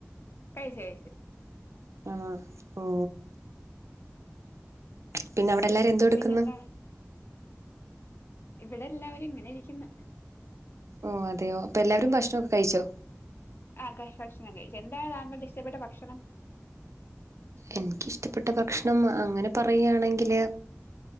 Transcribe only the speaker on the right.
ആണോ ഓ പിന്നെ അവിടെ എല്ലാവരും എന്തോ എട്ക്ക്ന്നു
ഓ അതെയോ അപ്പ എല്ലാവരും ഭക്ഷണംക്കെ കഴിച്ചോ
എനിക്കിഷ്ടപ്പെട്ട ഭക്ഷണം അങ്ങനെ പറയയാണെങ്കില്